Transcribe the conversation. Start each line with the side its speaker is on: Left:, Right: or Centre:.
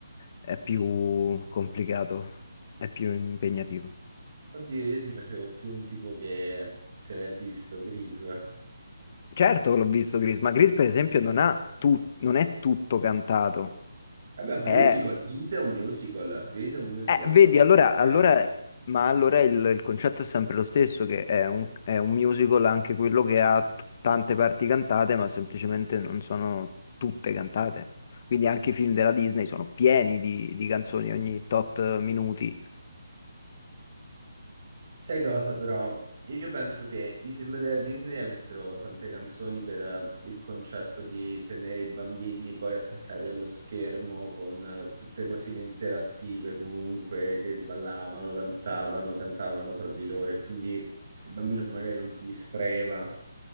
Left: è più complicato, è più impegnativo.
Right: Oddio, io ti facevo più un tipo che se l'è visto, Grease.
Left: Certo che l'ho visto Grease, ma Grease per esempio non ha tu- non è tutto cantato,
Right: Vabbè, un
Left: è
Right: musical, Grease è un musical, Grease è un musical,
Left: Eh, vedi,
Right: lo fanno anche
Left: allora,
Right: a teatro.
Left: allora- ma allora il, il concetto è sempre lo stesso, che è un, è un musical anche quello che ha t- tante parti cantate, ma semplicemente non sono tutte cantate. Quindi anche i film della Disney sono pieni di, di canzoni ogni tot minuti.
Right: Sai cosa però? Io penso che i film della Disney avessero tante canzoni per eh, il concetto di tenere i bambini poi attaccati allo schermo con eh, tutte cosine interattive comunque che ballavano, danzavano, cantavano fra di loro e quindi il bambino magari non si distraeva.